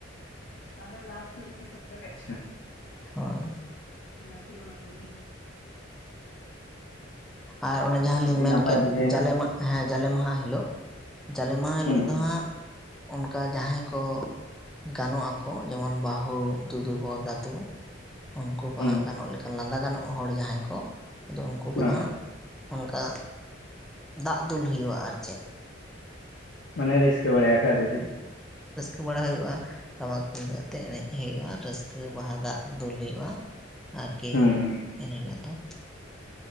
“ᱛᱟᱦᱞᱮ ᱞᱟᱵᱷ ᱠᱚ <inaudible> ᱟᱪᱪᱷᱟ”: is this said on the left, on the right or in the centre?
Left